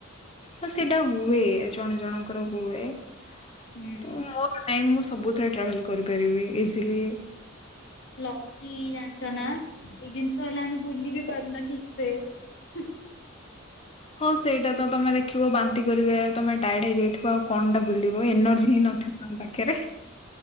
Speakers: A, on the left; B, on the left.
A: ହ ସେଇଟା ହୁଏ, ଜଣେ ଜଣଙ୍କର ହୁଏ ।
B: ହୁଁ।
A: ମୋର ନାଇଁ, ମୁଁ ସବୁଥିରେ ଟ୍ରାଭେଲ କରିପାରିବି ଇଜିଲି ।
B: ଲକି ଜାଣିଚନା, ଏଇ ଜିନିଷ ହେଲା ଆମେ ବୁଲିବି କରମା ଠିକ ସେ
A: ହଁ ସେଇଟା ତମେ ଦେଖିବ ବାନ୍ତି କରିକ ତମେ ଟାଇଏଡ ହେଇଯାଇଥିବ ଆଉ କଣଟା ବୁଲିବ? ଏନର୍ଜି ହି ନଥିବ ତମ ପାଖରେ